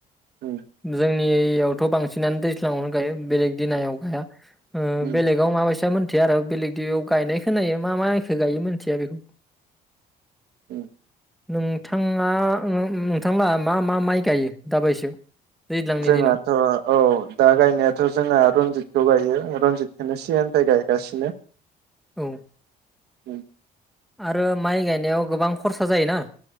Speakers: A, on the right; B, in the centre.
A: उम
B: जों जोंनियावथ' बांसिनानो दैज्लाङावनो गायो बेलेग दिनायाव गाया ओ
A: उम
B: बेलेगाव माबायसा मोन बिदि आरो बेलेग दियाव गायनाय खोनायो मा मा सोर गायो मिथिया बेखौ
A: उम
B: नोंथाङा नोंथांला मा मा माइ गायो दाबायसायाव? दैज्लांनि
A: जोंहाथ'
B: दिनाव
A: औ दा गायनायाथ' जोंना रनजितखौ गायो। रनजितखौनो सिगांनिफ्राय गायगासिनो।
B: औ
A: उम
B: आरो माइ गायनायाव गोबां खरसा जायोना।